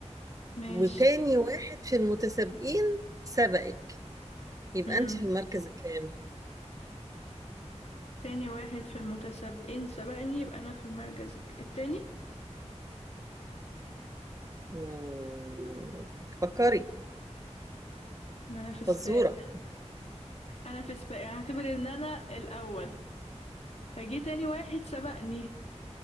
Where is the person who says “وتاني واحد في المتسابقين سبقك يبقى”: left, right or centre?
Right